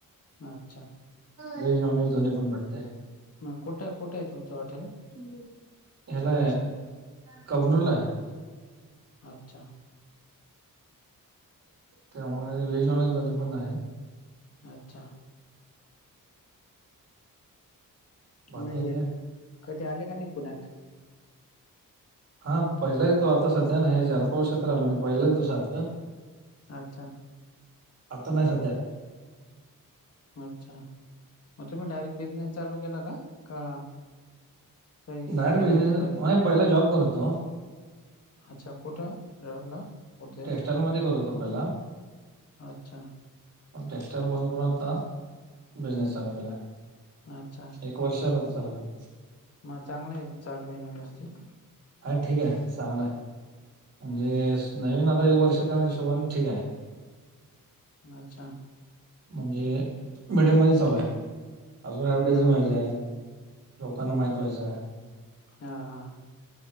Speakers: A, on the left; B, on the right.
A: अच्छा.
B: व्हेज नॉन व्हेज दोन्ही पण भटते.
A: म कुठं कुठं आहे तुमचं हॉटेल
B: <unintelligible> हला
A: लोकेशन
B: कबनूरला
A: अच्छा.
B: त्यामुळे व्हेज नॉनव्हेज दोन्ही पण आहे.
A: अच्छा.
B: बाकी
A: <unintelligible>
B: आणि काय
A: कधी आले का नाही पुण्यात?
B: हा पहिला येतो आता सध्या नाय हे चार पाच वर्षा तर आलानाय पहिला येत सारखं.
A: अच्छा.
B: आता नाही सध्या.
A: अच्छा मग तुम्ही डायरेक्ट बिझनेस चालू केला का? का काही
B: डायरेक्ट
A: केलं
B: बिझनेस
A: होतं पहिले.
B: म्हणजे पहिला जॉब करत होतो.
A: अच्छा कुठं? जॉबला कुठे?
B: टेक्स्टाइल मध्ये करत होतो पहिला.
A: अच्छा.
B: प टेक्स्टाइल बंद करून आता बिझनेस चालू केला.
A: अच्छा.
B: एक वर्ष आले होते.
A: मग चांगलंय चालू आहे ना व्यवस्थित.
B: हा ठीक आहे. चांगलं म्हणजे नवीन आता एक वर्ष त्या हिशोबाने ठीक आहे.
A: अच्छा.
B: म्हणजे मीडियम मध्ये चालू आहे. अजून ऍडव्हर्टायजिंग
A: हा
B: व्हायचं
A: हा.
B: आहे. लोकांना माहित व्हायचं आहे.
A: हां हां.